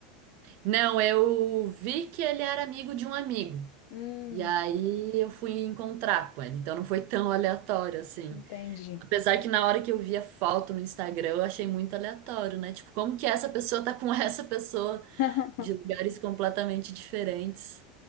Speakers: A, on the right; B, on the left.
A: Não, eu vi que ele era amigo de um amigo.
B: Hum,
A: E aí eu fui encontrar com ela, então não foi tão aleatório assim.
B: entendi.
A: Apesar que na hora que eu vi a foto no Instagram, eu achei muito aleatório, né? Tipo, como que essa pessoa tá com <laughs> essa pessoa
B: <laughs>
A: de lugares completamente diferentes?